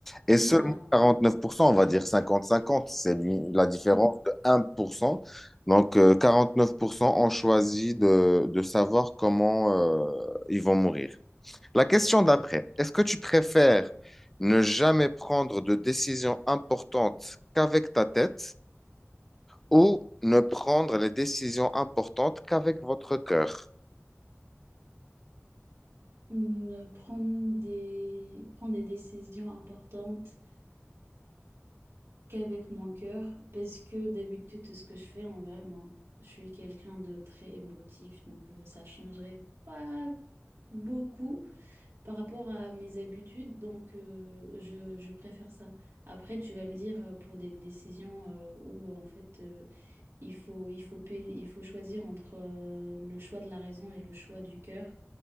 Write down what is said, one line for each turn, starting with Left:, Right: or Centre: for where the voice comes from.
Centre: Et
Right: Bizarre,
Centre: seulement
Right: hein.
Centre: 49%, on va dire 50-50, c'est l'u- la différence
Right: Oui.
Centre: de 1%. Donc euh, 49% ont choisi de, de savoir comment euh, ils vont mourir. La question d'après, est-ce que tu préfères ne jamais prendre de décisions importantes qu'avec ta tête ou ne prendre les décisions importantes qu'avec votre cœur?
Right: Hum, prendre des, prendre des décisions importantes qu'avec mon cœur, parce que d'habitude, ce que je fais en vrai, moi, je suis quelqu'un de très émotif, donc euh, ça changerait pas beaucoup par rapport à mes habitudes, donc euh, je, je préfère ça. Après, tu vas me dire euh, pour des décisions euh, où en fait euh, il faut, il faut, pa- il faut choisir entre euh, le choix de la raison et le choix du cœur,